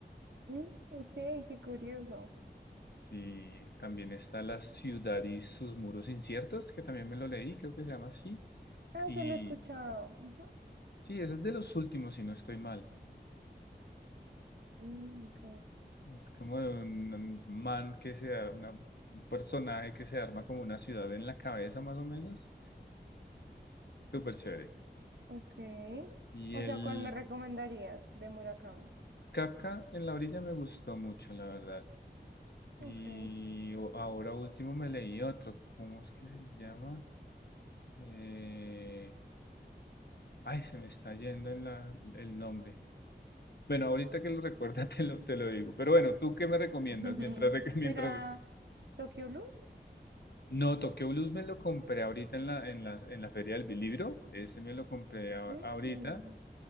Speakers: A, on the right; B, on the left.
A: Mm, ok, qué curioso.
B: Sí, también está La ciudad y sus muros inciertos, que también me lo leí, creo que se llama así.
A: Ah,
B: Y
A: se lo he escuchado. Ujú.
B: sí, ese es de los últimos, si no estoy mal.
A: Mm, ok,
B: Es como de un man que sea una, un personaje que se arma como una ciudad en la cabeza, más o menos Súper chévere.
A: ok.
B: Y
A: O
B: el
A: sea, ¿cuál me recomendarías de Murakami?
B: Kafka en la orilla me gustó mucho, la verdad. Y
A: Ok.
B: o- ahora último me leí otro. ¿Cómo es que se llama? Eh, Ay, se me está yendo en la- el nombre. Bueno, ahorita que lo recuerda <laughs> te lo, te lo digo. Pero bueno, ¿tú qué me recomiendas?
A: <laughs>
B: Mientras, re- <laughs> mientras...
A: ¿Será Tokyo Blues?
B: No, Tokyo Blues me lo compré ahorita en la, en la, en la feria del libro. Ese me lo compré a-
A: Mm.
B: ahorita.